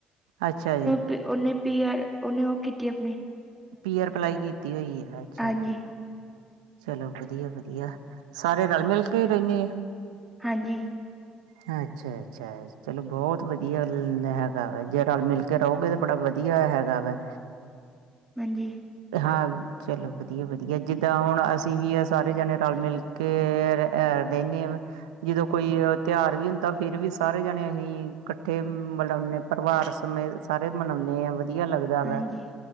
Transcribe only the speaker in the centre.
ਤੇ ਓਨੇ ਪੀ ਆਰ, ਓਨੇ ਓ ਕੀਤੀ ਐ ਆਪਣੀ
ਹਾਂਜੀ
ਹਾਂਜੀ।
ਹਾਂਜੀ।
ਹਾਂਜੀ